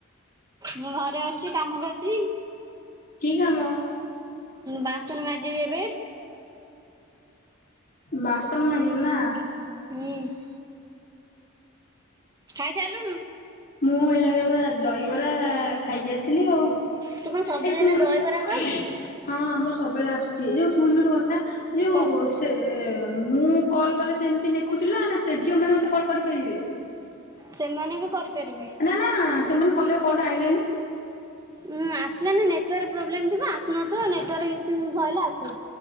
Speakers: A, on the right; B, on the left.
A: ମୁଁ ଘରେ ଅଛି କାମ କରୁଛି।
B: କି କାମ।
A: ବାସନ ମାଜିବି ଏବେ
B: ବାସନ ମାଯିବୁ ନା।
A: ହୁଁ। ଖାଇସାରିଲୁଣୁ?
B: ମୁଁ ଏଇଲାକେ ବା ଦହିବରା ଖାଇକି ଆସିଲି ଆଉ।
A: ତୁ କଣ ସବୁଦିନ
B: ଏ ଶୁଣ
A: ଦହିବରା ଖାଉଛୁ?
B: ହଁ ଆମର ସବୁବେଳେ ଆସୁଛି ଏ ଯୋଉ ଶୁଣନି ଗୋଟେ କଥା। ଯୋଉ
A: କ।
B: ସେ ମୁଁ କଲ୍ କଲେ ସେ ଏମିତି ନେଖୁଥିଲା ନା ସେ ଝିଅ ମାନେ ମତେ କଲ୍ କରିପାରିବେ।
A: ସେମାନେ ବି କରିପାରିବେ।
B: ନା ନା ସେମାନେ କଲେ ବା କଲ ଟା ଆଇିଲାନି।
A: ଉଁ ଆସିଲାନି ନେଟାର୍କ ପ୍ରୋବ୍ଲେମ ଥିବ ଆସୁ ନଥିବ ନେଟୱର୍କ ଇସୁ ସେଇଲେ ଆସିବ।